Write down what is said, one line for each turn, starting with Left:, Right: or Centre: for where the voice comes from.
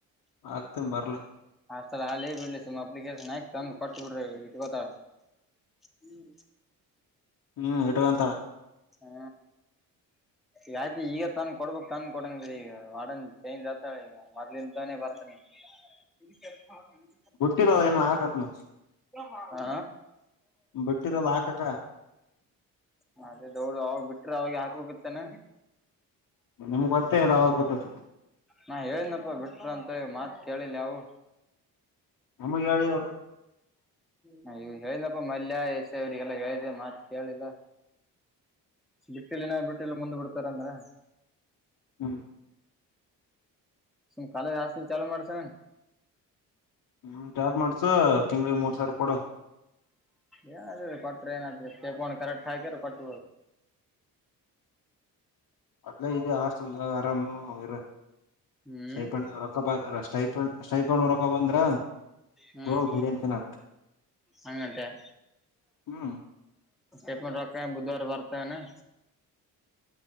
Left: ಆಗ್ತನಿ ಬರ್ಲೆ
Centre: ಹಾಸ್ಟಲ್ ಅಲ್ಲಿ ಬಿಡ್ಲಿ ಸುಮನ್ ಅಪ್ಲಿಕೇಶನ್ ಹಾಕಿ ತಂದ ಕೊಟ್ಟ ಬಿಡ್ಬೇಕು ಇಟ್ಕೊತ್ತಾರ. ಹ್ಮ್
Left: ಹ್ಮ್ ಇಟ್ಕೋಂತಾರ
Centre: ಹಾ ಯಾಕ್ ಇಯಪ್ ಈಗ ತನ್ ಕೊಡ್ಬೇಕ್ ತನ್ ಕೊಡಂಗ ಈಗ ವಾರ್ಡನ್ ಚೇಂಜ್ ಆಗ್ತಾರ್ ಈಗ ಮೊದ್ಲಿಂದನೆ ಬರ್ತೆನ್ ವಿಷ <unintelligible>
Left: ಗೊತ್ತಿರೋ ಏನು ಹಾಕಕ್ನ
Centre: ಪಡ
Left: ಬಿಟ್ಟಿರಲ್ಲ ಹಾಕಕ
Centre: ಮತ್ತೆ ದೌಡು ಅವಾಗ ಬಿಟ್ರೆ ಅವಾಗ ಹಾಕ ಹೋಗತ್ತಾನ
Left: ನಿಮ್ಗ್ೊತ್ತೆದುಾವಾಗ್ಬಟ್ಟ ಸ
Centre: ನಾ ಹೇಳನಪ್ಪ ಬಿಟ್ರ ಅಂತ ಮಾತ್ ಕೇಳಿಲ್ಲ ಅವು
Left: ನಮಗ್ ಹೇಳಿರಲ್ಲ
Centre: ಮ ಇವ ಹೇಳನಪ್ಪ ಮಲ್ಯಸ ಇವ್ರಿಗೆಲ್ಲ ಹೇಳಿದೆ ಮಾತ್ ಕೇಳಿಲ್ಲ ಬಿಟ್ಟಿಲಿನ ಬಿಟ್ಟಲ್ಲಿ ಮುಂದ ಬಿಡ್ತಾರಂದ್ರ
Left: ಹ್ಮ್
Centre: ಶು ಕಾಾಲಜ ಹಾಸ್ಟಲ್ ಚಾಲೂ ಮಾಡಸ
Left: ಹ್ಮ ಚಾರ್ ಮಾಡ್ಸ ತಿಂಗಳಿಗೆ ಮೂರ್ ಸಾವಿರ ಕೊಡು
Centre: ಯಾರ ಕೊಟ್ಟ ಕರೆಕ್ಟ್ ಕೊಟ್ಟ
Left: ಅದಲ್ಲ ಇದು ಹಾಸ್ಟೆಲ್ದಾಗ ಆರಾಮ ಇರ
Centre: ಹ್ಮ್
Left: ಸೈಪಂಡ ರೊಕ್ಕ ಬ ಸ್ಟೈಪ್ ಸ್ಟೈಪಂಡ ರೊಕ್ಕ ಬಂದ್ರ
Centre: ಹ್ಮ್
Left: ಹೋಗ ದುಡಿ ಅಂತ ತಿನ್ನಕ್.
Centre: ಹಂಗಂತೆಂ
Left: ಹ್ಮ್
Centre: ಎಪ ರಕಾಯ ಬುಧವಾರ ವರ್ತಾಯ